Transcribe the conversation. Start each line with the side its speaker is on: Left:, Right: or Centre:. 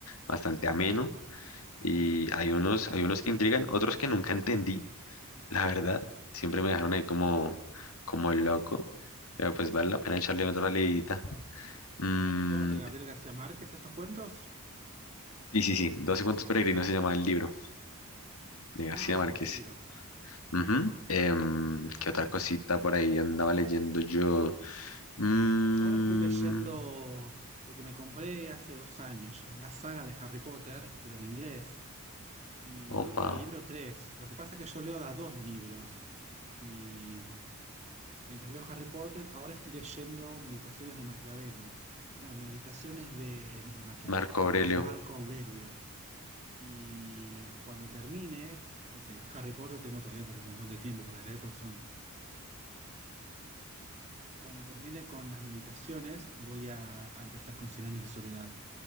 Left: bastante ameno. Y hay unos, hay unos que intrigan, otros que nunca entendí la verdad, siempre me dejaron ahí como, como el loco, pero pues vale la pena echarle otra leidita. Mm,
Right: ¿Son todos de Gabriel García Márquez estos cuentos?
Left: y sí, sí, 12 cuentos peregrinos se llama el libro de García
Right: Ah,
Left: Márquez.
Right: libros.
Left: Ujú, em, ¿qué otra cosita por ahí andaba leyendo yo? Mm,
Right: Yo ahora estoy leyendo, porque me compré hace dos años ya, la saga de Harry Potter, pero en inglés, y
Left: opa,
Right: voy por el libro tres Lo que pasa es que yo leo da dos libros, y mientras leo Harry Potter, ahora estoy leyendo Meditaciones de Maquiavelo. No, Meditaciones de, no es de Maquiavelo,
Left: Marco
Right: perdón,
Left: Aurelio.
Right: de Marco Aurelio. Y cuando termine, porque el Harry Potter tengo todavía por un montón de tiempo para leer, porque son cuando termine con las meditaciones, voy a, a empezar con cien años de soledad.